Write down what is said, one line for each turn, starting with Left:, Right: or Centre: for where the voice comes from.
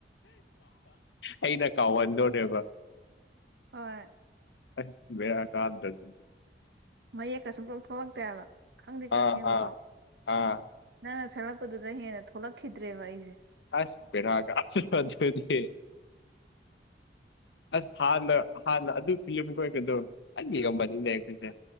Left: ꯑꯩꯅ ꯀꯥꯎꯍꯟꯗꯣꯔꯦꯕ
Right: ꯍꯣꯏ
Left: ꯑꯁ ꯕꯦꯔꯥ ꯀꯥꯗ꯭ꯔ ꯗꯨꯗꯤ?
Right: ꯃꯌꯦꯛꯀ ꯁꯨꯡꯊꯣꯛ ꯊꯣꯛꯂꯛꯇꯦ ꯍꯥꯏꯕ ꯈꯪꯗꯤ ꯈꯪꯉꯦꯕꯀꯣ
Left: ꯑꯥ ꯑꯥ ꯑꯥ
Right: ꯅꯪꯅ ꯁꯛꯂꯛꯄꯗꯨꯗ ꯍꯦꯟꯅ ꯊꯣꯛꯂꯛꯈꯤꯗ꯭ꯔꯦꯕ ꯑꯩꯁꯦ꯫
Left: ꯑꯁ ꯕꯦꯔꯥ ꯀꯥꯗ꯭ꯔꯣ ꯑꯗꯨꯗꯤ ꯑꯁ ꯍꯥꯟꯅ ꯍꯥꯟꯅ ꯑꯗꯨ ꯐꯤꯂꯝ ꯈꯣꯏꯒꯗꯣ <unintelligible>